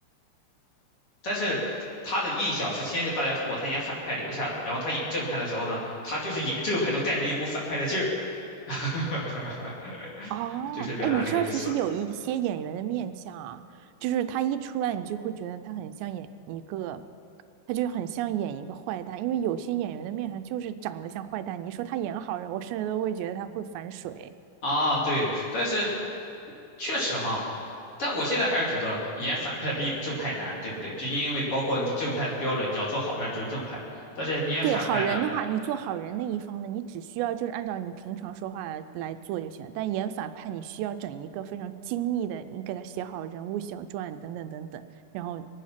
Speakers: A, on the left; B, on the right.
A: 但是他的印象是先是大家通过他演反派留下的，然后他演正派的时候呢，他就是演正派都带着一股反派的劲儿，<laughs>
B: 哦，
A: 就是表达这个意思
B: 哎，你知道其实有一些演员的面相啊，就是他一出来，你就会觉得他很像演一个，他就很像演一个坏蛋，因为有些演员的面相就是长得像坏蛋。你说他演好人，我甚至都会觉得他会反水。
A: 啊。对，但是确实哈，但我现在还是觉得演反派比演正派难，对不对？就因为包括你正派的标准，你只要做好事儿你就是正派，但是你演反派呢？
B: 对，好人的话，你做好人那一方呢，你只需要就是按照你平常说话来来做就行了。但演反派，你需要整一个非常精密的，你给他写好人物小传等等等等，然后